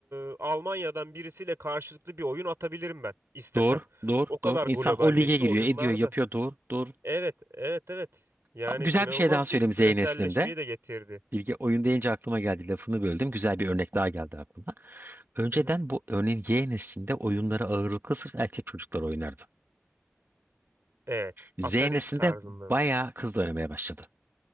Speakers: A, on the right; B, on the right.
A: e, Almanya'dan birisiyle karşılıklı bir oyun atabilirim ben istesem.
B: Doğru. Doğru.
A: O kadar
B: Doğru. İnsan
A: globalleşti
B: o lige giriyor,
A: oyunlarda.
B: ediyor, yapıyor. Doğru. Doğru.
A: Evet, evet, evet. Yani
B: Ama Güzel
A: inanılmaz
B: bir şey daha söyleyeyim
A: bir küreselleşmeyi
B: Z neslinde.
A: de getirdi.
B: Bilge oyun deyince aklıma geldi. Lafını böldüm. Güzel bir örnek daha geldi aklıma. Önceden
A: Hı hı.
B: bu örneğin Y neslinde oyunları ağırlıklı sırf erkek çocuklar oynardı.
A: Evet,
B: Z
A: Atari
B: neslinde
A: tarzında
B: bayağı
A: mı?
B: kız da oynamaya başladı.